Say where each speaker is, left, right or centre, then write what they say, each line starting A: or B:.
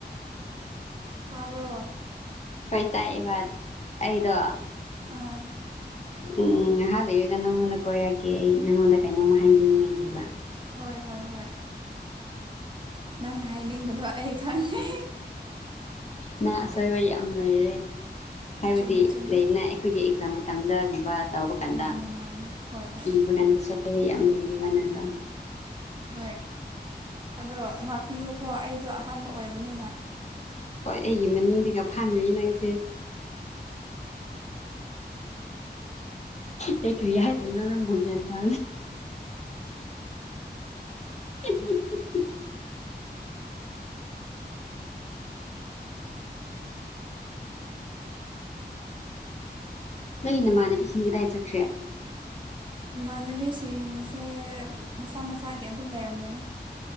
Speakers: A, on the right; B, on the left.
A: ꯇꯥꯕ꯭ꯔꯣ
B: ꯍꯣꯏ ꯇꯥꯛꯑꯕ ꯑꯩꯗꯣ
A: ꯑꯥ
B: ꯎꯝ ꯉꯥꯏꯍꯥꯛ ꯂꯩꯔꯒ ꯅꯪꯉꯣꯟꯗ ꯀꯣꯏꯔꯛꯀꯦ ꯑꯩ ꯅꯪꯉꯣꯟꯗ ꯀꯩꯅꯣꯝꯃ ꯍꯥꯏꯕꯤꯅꯤꯡꯉꯥꯏ ꯂꯩꯕ
A: ꯍꯣꯏ ꯍꯣꯏ ꯍꯣꯏ ꯅꯪꯅ ꯍꯥꯏꯅꯤꯡꯕꯗꯣ ꯑꯩ ꯈꯪꯉꯦ
B: ꯅꯪ ꯑꯁꯣꯏꯕ ꯌꯥꯝ ꯂꯩꯔꯦ ꯍꯥꯏꯕꯗꯤ
A: ꯆꯨꯝꯃꯦ ꯆꯨꯝꯃꯦ
B: ꯂꯩꯅ ꯑꯩꯈꯣꯏꯒꯤ ꯑꯦꯛꯖꯥꯝ ꯃꯇꯝꯗ ꯕꯥ ꯕ ꯀꯥꯟꯗ
A: ꯃꯥꯅꯦ ꯃꯥꯅꯦ ꯍꯣꯏ ꯍꯣꯏ
B: ꯏꯕ ꯀꯗ ꯁꯕ ꯌꯥꯝ ꯂꯩꯔꯤ ꯋꯥꯅꯗ
A: ꯍꯣꯏ ꯑꯗꯣ ꯉꯥꯛꯄꯤꯌꯨꯀꯣ ꯑꯩꯗꯣ ꯑꯍꯥꯟꯕ ꯑꯣꯏꯕꯅꯤꯅ
B: ꯍꯣꯏ ꯑꯩꯒꯤ ꯃꯅꯤꯡꯗꯤꯒ ꯐꯝꯔꯤ ꯅꯪꯁꯦ ꯍ ꯀ꯭ꯔꯤꯌꯥ ꯍꯥꯏꯗꯅ ꯅꯪ ꯨꯔꯒꯦ ꯇ <inaudible> ꯅꯣꯏꯒꯤ ꯅꯃꯥꯟꯅꯕꯤꯁꯤꯅꯤ ꯀꯗꯥꯏ ꯆꯠꯈ꯭ꯔꯦ
A: ꯏꯃꯥꯟꯅꯕꯤꯁꯤꯡꯁꯦ ꯃꯁꯥ ꯃꯁꯥꯒꯤ ꯑꯗꯨꯝ ꯂꯩꯔꯝꯒꯅꯤ